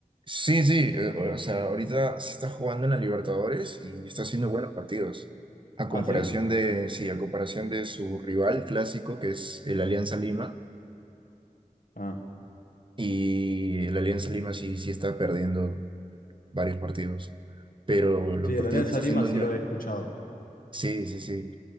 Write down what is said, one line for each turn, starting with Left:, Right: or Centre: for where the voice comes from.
Right: Sí, sí, eh, o sea, ahorita se está jugando en la Libertadores y está haciendo buenos partidos. A comparación
Left: Ah, sí.
Right: de, sí, a comparación de su rival clásico, que es el Alianza Lima,
Left: Ah,
Right: y el Alianza Lima sí, sí está perdiendo varios partidos. Pero los
Left: sí,
Right: partidos
Left: el Alianza
Right: que está
Left: Lima
Right: haciendo...
Left: sí
Right: Unive-
Left: lo he escuchado.
Right: Sí, sí, sí.